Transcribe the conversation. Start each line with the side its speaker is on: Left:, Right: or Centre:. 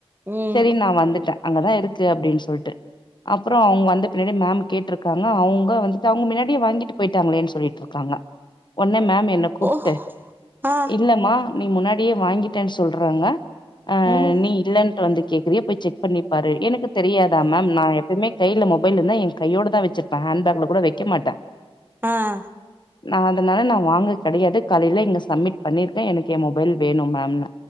Right: ம்
Left: செரி நா வந்துட்டே அங்கதா இருக்கு அப்டீன்னு சொல்ட்டு அப்புறோ அவுங்க வந்த பின்னாடி மேம் கேட்ருக்காங்க அவுங்க வந்துட்டு அவுங்க மின்னாடியே வாங்கிட்டு போயிட் டாங்களேனு சொல்லிட்டு இருக்காங்க ஒன்னே மேம் என்ன கூப்ட்டு
Right: ஓ ஆ
Left: இல்லமா நீ முன்னாடியே வாங்கிட்டேன்னு சொல்றாங்க ஆ
Right: ம்
Left: நீ இல்லன்ட்டு வந்து கேக்றுயே போய் செக் பண்ணிப்பாரு எனக்கு தெரியாதா மேம் நா எப்பயமே கைல மொபைல் இருந்தா எ கையோட தா வெச்சிருப்பே ஹண் பேக்ல கூட வெக்க மாட்டே
Right: ஆ
Left: நா அதனால நா வாங்க கெடையாது காலையில இங்க சப்மிட் பண்ணிருக்கே எனக்கு எ மொபைல் வேணு மேம்னே